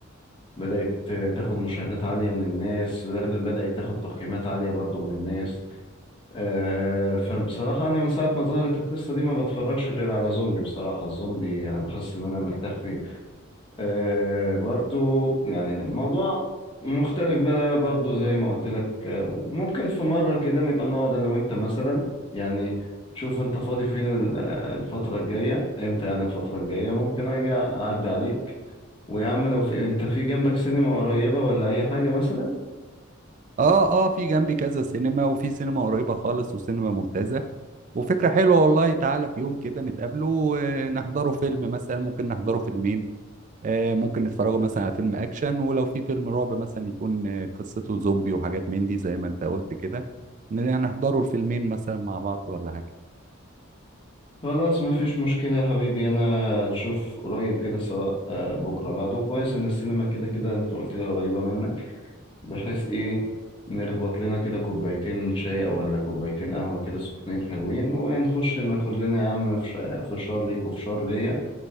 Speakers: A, on the left; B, on the right.
A: بدأت تاخد مشاهدات عالية من الناس بدأت تاخد تقييمات عالية برضو من الناس آه، فبصراحة انا من ساعة ما ظهرت القصة دي ما بتفرجش غير على زومبي بصراحة الزومبي انا بحس ان انا مرتاح فيه آه برضو يعني الموضوع مختلف بقى برضو زي ما قلت لك آه، وممكن في مرة كده نبقى نقعد أنا وأنت مثلا يعني شوف أنت فاضي فين ال- آه، الفترة الجاية إمتى يعني الفترة الجاية ممكن أجي أعدي عليك ويا عم لو في أنت في جنبك سينما قريبة ولا أي حاجة مثلا
B: اه اه في جنبي كذا سينما وفي سينما قريبه خالص وسينما ممتازه وفكره حلوه والله تعالى في يوم كده نتقابله ونحضره فيلم مثلا ممكن نحضره فيلمين آه، ممكن نتفرجوا مثلا على فيلم اكشن ولو في فيلم رعب مثلا يكون آه، قصته زومبي وحاجات من دي زي ما انت قلت كده ن- نحضروا الفيلمين مثلا مع بعض ولا حاجة
A: خلاص مفيش مشكلة يا حبيبي أنا نشوف قريب كده سواء آه، بكرة بعده كويس إن السينما كده كده أنت قلت لي قريبة منك بحيث ايه نخبط لنا كده كوبايتين شاي او ولا كوبايتين قهوة كده سخنين حلوين ونخش ناخد لنا يا عم فش- فشار ليك وفشار ليا